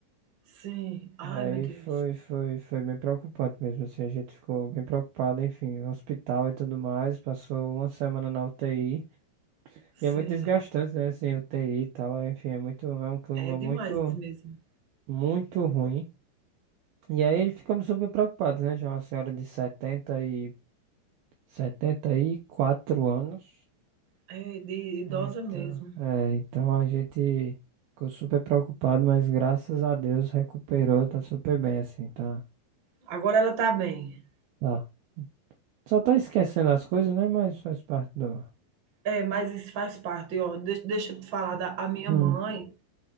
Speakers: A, on the right; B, on the right.
A: Sim. Ai,
B: E aí
A: meu Deus.
B: foi, foi, foi bem preocupante mesmo, assim, a gente ficou bem preocupado, enfim, hospital e tudo mais, passou uma semana na UTI,
A: Sim.
B: e é muito desgastante, né, assim, UTI e tal, é, enfim, é muito, é um clima
A: É demais
B: muito,
A: mesmo.
B: muito ruim. E aí ficamos super preocupados, né, tinha uma senhora de setenta e, 74 anos,
A: É de idosa
B: então,
A: mesmo.
B: é, então a gente ficou super preocupado, mas graças a Deus recuperou, tá super bem, assim, tá,
A: Agora ela tá bem.
B: tá. Só tá esquecendo as coisas, né? Mas faz parte do.
A: É, mas isso faz parte, ó. Deixa, deixa eu te falar da a minha
B: Hum.
A: mãe.